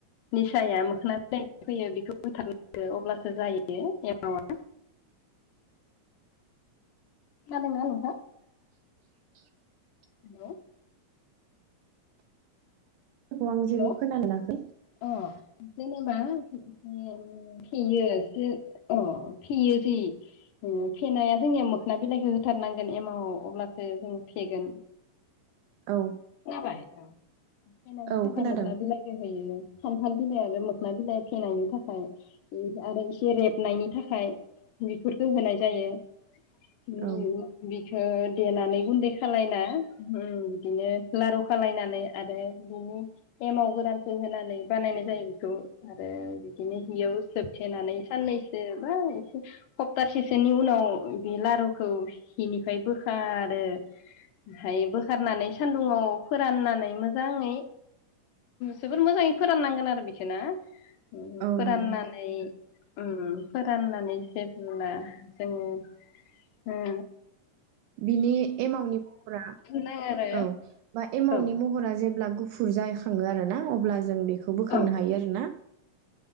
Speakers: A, on the left; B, on the right.
A: निसाया मोखोना बिलाइ होयो बेखौ होथारनो अब्लासो जायो एमावा। खोनादों ना नोंथां?
B: <inaudible>
A: हेल'
B: खौ आं
A: हेल'
B: जेबो
A: हेल'
B: खोनानो मोनाखै।
A: अ' जेने बा उम फेयोसो अ' फेयोसै फेनाया जोंनिया मोखोना बिलाइखौ होथारनांगोन एमाव अब्लासो जों फेगोन।
B: औ।
A: खोनाबाय औ फेनायनि
B: औ
A: थाखाय
B: खोनादों
A: मोखना बिलाइखो होयो। खान्थाल बिलाइ बे मोखना बिलाइ फेनायनि थाखाय आरो इसे रेबनायनि थाखाय बेफोरखौ होनाय जायो। उम
B: औ
A: बिखो देनानै गुन्दै खालायना उम बिदिनो लारु खालायनानै आरो बिनि एमाव गोरानखौ होनानै बानायनाय जायो बेखौ आरो बिदिनो हियाव जोबथेनानै साननैसो बा सप्तासेसोनि उनाव बे लारुखौ हिनिफ्राय बोखारो ओमफ्राय बोखारनानै सानदुंङाव फोराननानै मोजाङै जोबोद मोजाङै फोराननांगोन आरो बेखौना। उम
B: औ
A: फोराननानै
B: नंगौ
A: उम फोराननानै जेब्ला जोङो हो
B: बिनि एमावनि महरा
A: नाङा आरो
B: औ बा एमावनि
A: औ
B: महरा जेब्ला गुफुर जायखा खांङो आरो ना अब्ला जों बे खौ बोखांनो
A: औ
B: हायो आरोना